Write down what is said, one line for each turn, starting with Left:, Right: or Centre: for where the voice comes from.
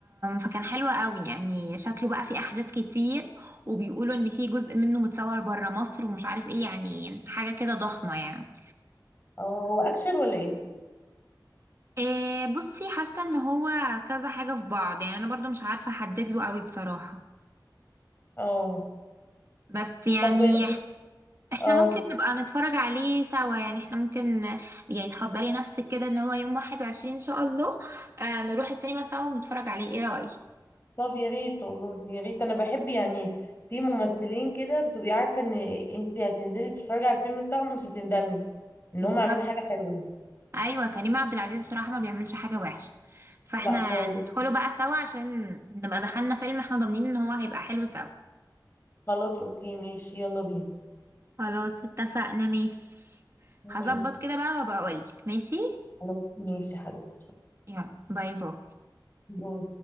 Right: فكان حلو قوي يعني شكله بقى فيه احداث كتير وبيقولوا ان في جزء منه متصور بره مصر ومش عارف ايه يعني حاجه كده ضخمه يعني
Left: اه هو اكشن ولا ايه؟
Right: إيه بصي حاسه ان هو كذا حاجه في بعض يعني انا برضو مش عارفه احدد له قوي بصراحه
Left: اه
Right: بس يعني
Left: طب
Right: احنا
Left: اه
Right: ممكن نبقى نتفرج عليه سوا يعني احنا ممكن يعني تحضري نفسك كده ان هو يوم 21 ان شاء الله آه نروح السينما سوا ونتفرج عليه ايه رأيك
Left: طب يا ريت والله يا ريت انا بحب يعني في ممثلين كده بتبقي عارفه ان انت هتنزلي تتفرجي على الفيلم بتاعهم مش هتندمي ان
Right: بالظبط
Left: هم عاملين حاجه حلوه
Right: ايوه كريم عبد العزيز بصراحة ما بيعملش حاجة وحشة فاحنا
Left: لا خالص
Right: ندخله بقى سوا عشان نبقى دخلنا فيلم احنا ضامنين ان هو هيبقى حلو سوا
Left: خلاص اوكي ماشي يلا بينا
Right: خلاص اتفقنا ماشي
Left: ماشي
Right: هظبط كده بقى وابقى اقولك ماشي
Left: خلاص ماشي يا حبيبتي
Right: يلا باي باي
Left: باي.